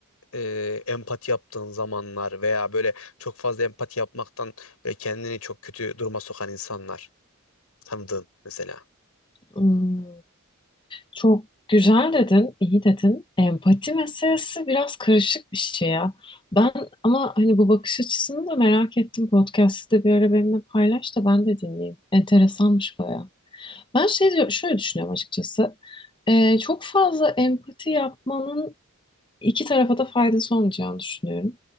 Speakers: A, on the left (about 85°); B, on the left (about 20°).
A: e, empati yaptığın zamanlar veya böyle çok fazla empati yapmaktan böyle kendini çok kötü duruma sokan insanlar tanıdığın mesela?
B: Hmm, çok güzel dedin, iyi dedin. Empati meselesi biraz karışık bir şey ya. Ben ama hani bu bakış açısını da merak ettim. Podcast'ı da bir ara benimle paylaş da ben de dinleyeyim. Enteresanmış bayağı. Ben şey diyor- şöyle düşünüyorum açıkçası. Ee, çok fazla empati yapmanın iki tarafa da faydası olmayacağını düşünüyorum.